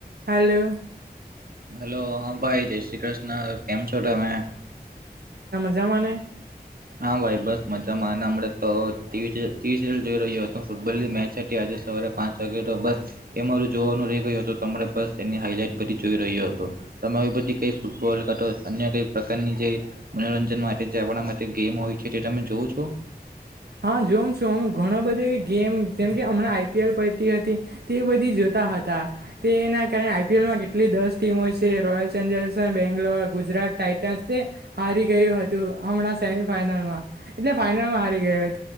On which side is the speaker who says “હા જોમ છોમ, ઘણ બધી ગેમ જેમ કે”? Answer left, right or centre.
Right